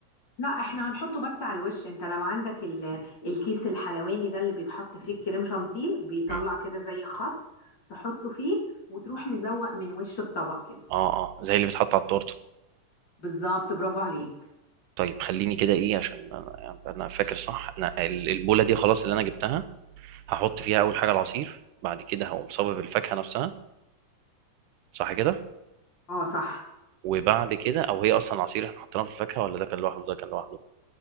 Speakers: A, on the left (about 35°); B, on the right (about 85°).
A: لا احنا هنحطه بس على الوش انت لو عندك ال- الكيس الحلواني ده اللي بيتحط فيه الكريم شانتيه بيطلع
B: مم.
A: كده زي خط تحطه فيه وتروح مزوق من وش الطبق كده
B: اه اه زي اللي بيتحط على التورته
A: بالظبط برافو عليك
B: طيب خليني كده ايه عشان انا يعني انا فاكر صح انا ال- البوله دي خلاص اللي انا جبتها هحط فيها اول حاجه العصير بعد كده هقوم صابب الفاكهه نفسها صح كده
A: اه صح
B: وبعد كده او هي اصلا عصير احنا حطيناه في الفاكهه ولا ده كان لوحده ده كان لوحده